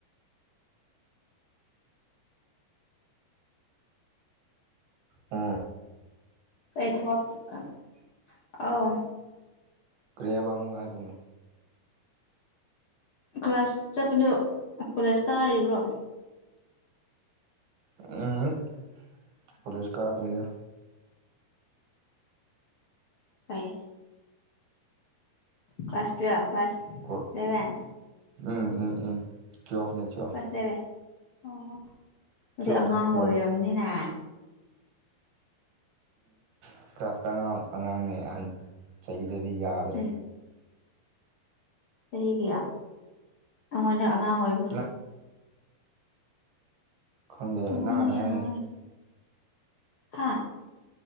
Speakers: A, on the right; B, on the left.
A: ꯑꯥ
B: ꯑꯩ ꯊꯕꯛ ꯑ ꯑꯧ
A: ꯀꯔꯤꯍꯥꯏꯕ ꯑꯃꯨꯛ ꯍꯥꯏꯒꯣꯅꯦ
B: ꯀ꯭ꯂꯥꯁ ꯆꯠꯄꯗꯨ ꯀꯣꯂꯦꯖ ꯀꯥꯔꯤꯕ꯭ꯔꯣ
A: <unintelligible> ꯀꯣꯂꯦꯁ ꯀꯗ꯭ꯔꯤꯗ
B: ꯀꯩ ꯀ꯭ꯂꯥꯁ ꯇꯨꯌꯦꯦꯜ ꯀ꯭ꯂꯥꯁ
A: ꯍꯣꯏ
B: ꯏꯂꯚꯦꯟ
A: ꯎꯝ ꯎꯝ ꯎꯝ ꯇꯨꯋꯦꯞꯅꯦ ꯇꯨꯋꯦꯞ
B: ꯀ꯭ꯂꯥꯁ ꯏꯂꯚꯦꯟ ꯑꯣ ꯑꯗꯨꯗꯤ
A: ꯇꯨꯌꯦꯜꯐ
B: ꯑꯉꯥꯡ
A: ꯇꯨꯌꯦꯜꯐ
B: ꯑꯣꯏꯔꯝꯅꯤꯅꯦ
A: ꯎ ꯀ꯭ꯂꯥꯁ ꯇ ꯑꯉꯥꯡ ꯑꯉꯥꯡꯅꯦ ꯑꯍꯟ ꯆꯍꯤꯗꯗꯤ ꯌꯥꯗ꯭ꯔꯦ
B: ꯎꯝ ꯆꯍꯤ ꯀꯌꯥ ꯑꯩꯉꯣꯟꯗ ꯑꯉꯥꯡ ꯑꯣꯏꯕ꯭ꯔꯣ
A: ꯅꯪ ꯈꯪꯗꯦ
B: ꯑꯩꯉꯣꯟꯗꯒꯤ
A: ꯅꯪ ꯍꯥꯟꯅ ꯍꯥꯏꯌꯨꯅꯦ
B: ꯑꯉꯥꯡ ꯑꯣꯏꯔꯝꯅꯤ ꯍꯥꯥ